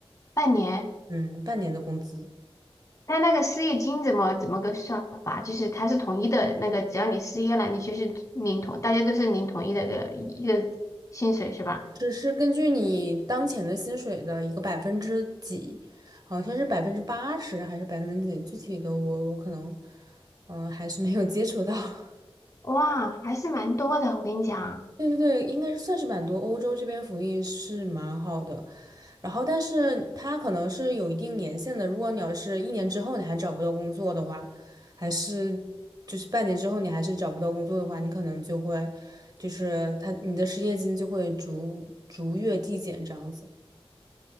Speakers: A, on the left; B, on the right.
A: 半年？
B: 嗯，半年的工资，
A: 那那个失业金怎么怎么个算法？就是它是统一的那个，只要你失业了，你就是领同，大家都是领统一的一个一个薪水是吧？
B: 只是根据你当前的薪水的一个百分之几，好像是百分之八十还是百分之几，具体的我我可能嗯、呃还是没有接触到。<laughs>
A: 哇，还是蛮多的，我跟你讲。
B: 对对对，应该是算是蛮多。欧洲这边福利是蛮好的，然后但是它可能是有一定年限的。如果你要是一年之后你还找不到工作的话，还是就是半年之后你还是找不到工作的话，你可能就会就是他你的失业金就会逐逐月递减这样子。